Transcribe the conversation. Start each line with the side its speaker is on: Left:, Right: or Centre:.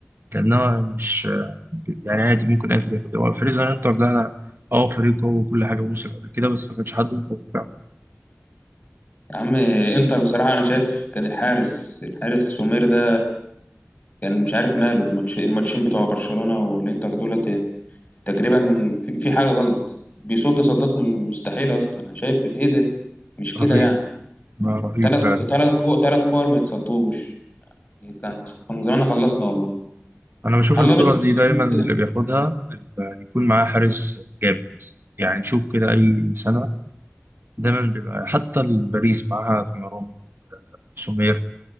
Right: لأنها مش يعني عادي ممكن أي فريق ياخد هو فريق زننتر ده أنا أه فريق قوي وكل حاجة وصل قبل كده بس ما كانش حد متوقعه
Left: يا عم انتر بصراحه انا شايف كان الحارس الحارس سومير ده كان مش عارف ماله الماتش الماتشين بتوع برشلونه والانتر دولت يعني تقريبا في في حاجه غلط بيصد صدات مستحيله اصلا انا شايف ايه ده مش كده
Right: رهيب
Left: يعني
Right: ما رهيب
Left: تلات
Right: فعلا
Left: تلات كو... تلات كور ما يتصدوش كان كان زماننا خلصنا والله
Right: أنا بشوف
Left: الله
Right: البطولة
Left: بس
Right: دي دايما اللي
Left: كده
Right: بياخدها اللي يكون معاه حارس جامد يعني نشوف كده أي سنة دايما بيبقى حتى باريس معاها دوناروما سومير